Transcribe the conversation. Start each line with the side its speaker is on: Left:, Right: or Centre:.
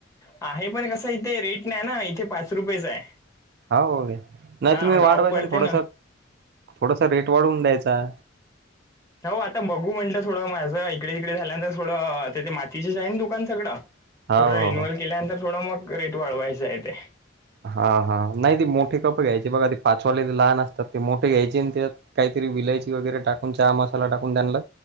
Left: आहे पण कसं इथे रेट नाही ना इथे पाच रुपयेच आहे
Right: हा हो नाही
Left: हा
Right: तुम्ही वाढवायच
Left: गाव पडते
Right: ना थोडस थोडासा रेट वाढवून द्यायचा
Left: हो आता बघू म्हटलं थोडं माझं इकडे तिकडे झाल्यानंतर थोडं ते मातीचे आहे ना दुकान सगळं
Right: हा
Left: थोडं
Right: हो
Left: रिन्युअल केल्यानंतर थोडं मग रेट वाळवायचं आहे ते
Right: हा हा नाही ती मोठे कप घ्यायची बघा ती पाचवाले लहान ते मोठे घ्यायचे आणि त्यात काहीतरी विलायची वगैरे टाकून चहा मसाला टाकून त्यांना